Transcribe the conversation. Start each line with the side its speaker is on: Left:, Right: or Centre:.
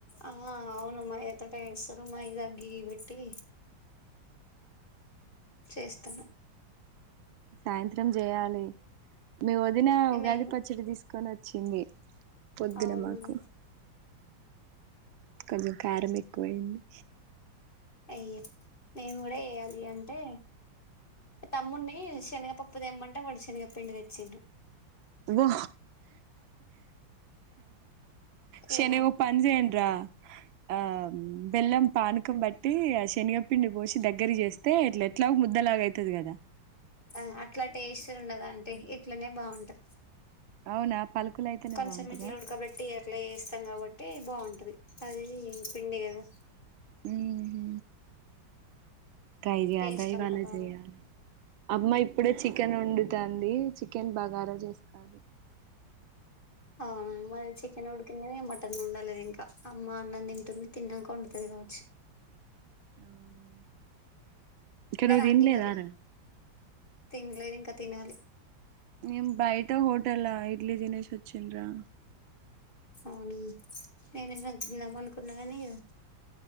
Left: ఆ అవును మైదతొటే చేసుర్రు మైదక్ గీ బెట్టి చేస్తున్నా
Right: సాయంత్రం జేయాలి మీ వదిన ఉగాది
Left: మేము
Right: పచ్చడి దీస్కొనోచ్చింది పొద్దున
Left: అవునవును
Right: మాకు కొంచం కారం ఎక్కువై ది
Left: అయ్యో మేము గూడా వెయ్యాలి అంటే తమ్మున్ని శనగ పప్పు దేమ్మంటే వాడ్ శనగ పిండి తేచ్చిండు
Right: ఒ శనుగవ్
Left: ఇగ
Right: పంజెండ్ర ఆ బెల్లం పానకం బట్టి ఆ శనిగ పిండి పోసి దగ్గర జేస్తే ఎట్ల ఎట్లా ట్లాగ్ ముద్దలగైతది గదా
Left: అ అట్లా టేస్ట్ ఉండదాంటీ ఇట్లనే బాగుంటద్
Right: అవునా పలుకులు అయితేనే
Left: కొంచం
Right: బాగుంటదా
Left: ఇట్లా ఉడకబెట్టి అట్లా చేస్తాం కాబట్టి బాఉం టది అది పిండిగదా
Right: మ్ హు ట్రై జేయాల్రా
Left: టేస్ట్
Right: ఇవళ
Left: అంతా బాగా
Right: జెయ్యాలి అమ్మా ఇప్పుడే చిక్ కెన్ వండుతంది చికెన్ బగారా జేస్తారు
Left: అవును మాది చికెన్డుకింది మటన్ ఉండ. లేద్ ఇంకా అమ్మ అన్న తింటుంది తిన్నంక వొండుతది కావచ్చు
Right: అవునా ఇక
Left: తిన్నారా
Right: నువ్వు తిన్లేదా
Left: ఆంటీ మరి
Right: రా.
Left: తినలేదు ఇంకా తినాలి.
Right: నేను బయటా హోటల్ల ఇడ్లీ తినిషి వొచ్చిన్ రా.
Left: అవును నేనైనా తిందాం
Right: ఉ
Left: అనుకున్నా కాని ఇగ.